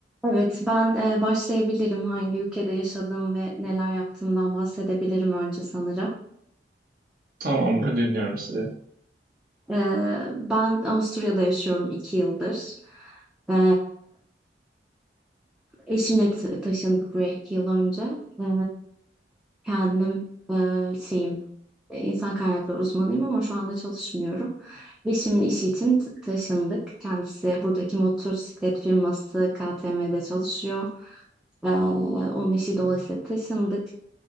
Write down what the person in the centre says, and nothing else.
Evet, ben e, başlayabilirim hangi ülkede yaşadığım ve neler yaptığımdan bahsedebilirim önce sanırım.
E, ben Avusturya'da yaşıyorum iki yıldır. E, eşimle t- taşındık buraya iki yıl önce. E, kendim e, şeyim e, insan kaynakları uzmanıyım ama şu anda çalışmıyorum. Eşimin işi için t- taşındık. Kendisi buradaki motosiklet firması KTM'de çalışıyor. E, onun işi dolayısıyla taşındık.